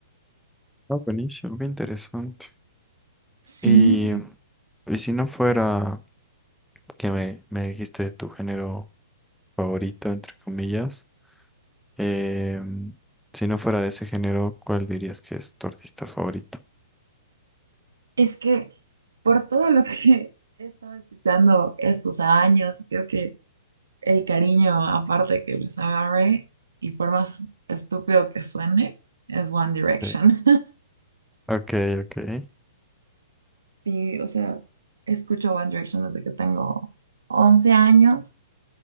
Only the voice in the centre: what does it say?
Ah, buenísimo, qué interesante.
Y, y si no fuera que me, me dijiste tu género favorito, entre comillas, eh, si no fuera de ese género, ¿cuál dirías que es tu artista favorito?
Sí. Ok, ok.